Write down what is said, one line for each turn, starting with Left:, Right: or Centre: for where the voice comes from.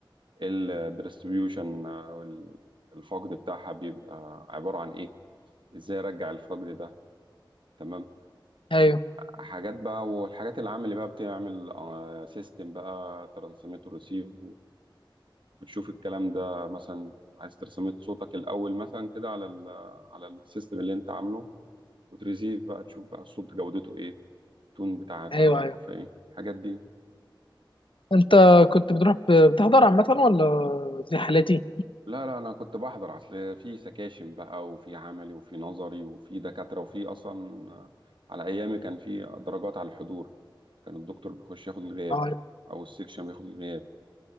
Right: إيه الديستريبيوشن الفقد بتاعها بيبقى عبارة عن ايه ازاي ارجع الفقد ده تمام
Left: ايوه
Right: حاجات بقى والحاجات العام اللي بقى بتعمل سيستم بقى ترانسميت وريسيف وبتشوف الكلام ده مثلا عايز ترسميت صوتك الأول مثلا كده على ال على السيستم اللي انت عامله وتريسيف بقى تشوف بقى الصوت جودته ايه التون بتاعتها
Left: ايوه
Right: ظروفها
Left: ايوه
Right: ايه الحاجات دي
Left: انت كنت بتروح ب- بتحضر عامه ولا زي حالاتي
Right: لا لا انا كنت بحضر اصل في سكاشن بقى وفي عملي وفي نظري وفي دكاترة وفي اصلا آه، على ايامي كان في درجات على الحضور كان الدكتور بيخش ياخد الغياب
Left: آه،
Right: او السكشن بياخد الغياب